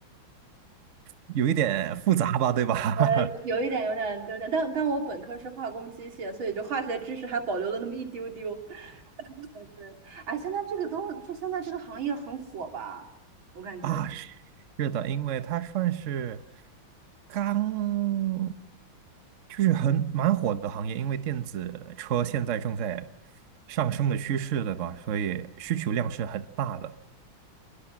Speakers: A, on the right; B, on the right.
A: 有一点复杂吧，对吧？
B: 我有一点，
A: <laughs>
B: 有点，有点，但但我本科是化工机械，所以就化学知识还保留了那么一丢丢。<laughs> 对，哎，现在这个都，这现在这个行业很火吧？我感觉
A: 啊，是是的，因为它算是刚，就是很蛮火的行业，因为电子车现在正在上升的趋势，对吧？所以需求量是很大的。